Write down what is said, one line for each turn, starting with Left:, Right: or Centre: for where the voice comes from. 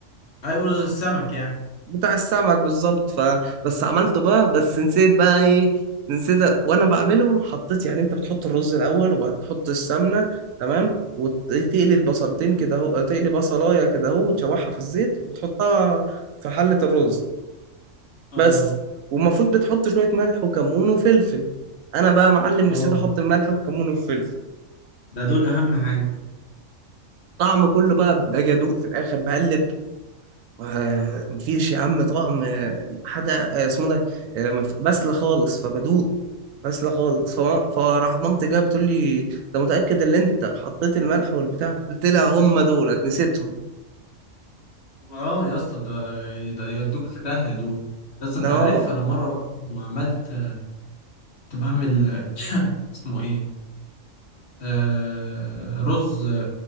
Left: ايوه رز السمك يعني
Right: بتاع السمك بالظبط ف بس عملته بقى بس نسيت بقى ايه نسيت أ- وانا بعمله حطيت يعني انت بتحط الرز الاول وبعد تحط السمنه تمام وتقلي البصلتين كده اهو تقلي بصلايه كده اهو وتشوحها في الزيت وتحطها في حله الرز
Left: اه
Right: بس والمفروض بتحط شويه ملح وكمون وفلفل انا بقى يا معلم
Left: اه
Right: نسيت احط الملح والكمون والفلفل
Left: ده دول اهم حاجه
Right: طعم كله بقى باجي ادوق في الاخر بقلب آه، مفيش يا عم طعم آه، حدا آه، اسمه ده آه، مف- بسلة خالص فبدوق بسلة خالص فما- فراح مامتي جايه بتقول لي انت متأكد ان انت حطيت الملح والبتاع قلت لها هم دولت نسيتهم
Left: اه يا اسطى ده ده يودوك في داهيه دول بس
Right: لا
Left: انت عارف انا مره برضه عملت كنت بعمل <coughs> <clears throat> اسمه ايه آه رز